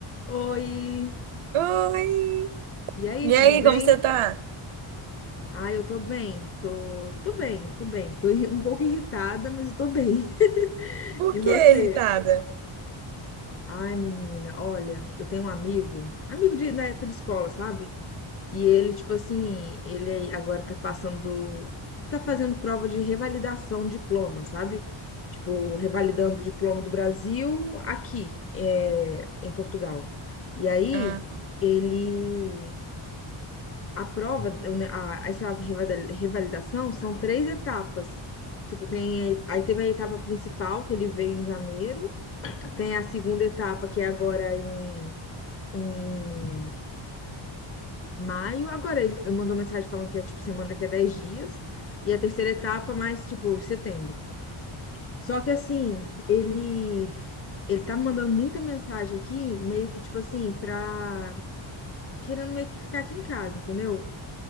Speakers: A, on the left; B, on the right.
A: Oi,
B: Oi!
A: e aí,
B: E
A: tudo
B: aí,
A: bem?
B: como você tá?
A: Ah, eu tô bem, tô, tô bem, tô bem. Tô irri- um pouco irritada, mas eu tô bem. <laughs>
B: Por
A: E você?
B: que irritada?
A: Ai, menina, olha, eu tenho um amigo, amigo de, da época de escola, sabe? E ele, tipo assim, ele agora tá passando, tá fazendo prova de revalidação de diploma, sabe? Tipo, revalidando o diploma do Brasil aqui, é, em Portugal. E aí,
B: Ah, tá.
A: ele a prova, né, a- essa revada- revalidação são três etapas. Tipo, tem, aí teve a etapa principal, que ele veio em janeiro, tem a segunda etapa, que é agora em, em maio. Agora ele mandou mensagem falando que é tipo semana que é 10 dias, e a terceira etapa mais tipo setembro. Só que assim, ele ele tá mandando muita mensagem aqui, meio que tipo assim, pra querendo meio que ficar aqui em casa, entendeu?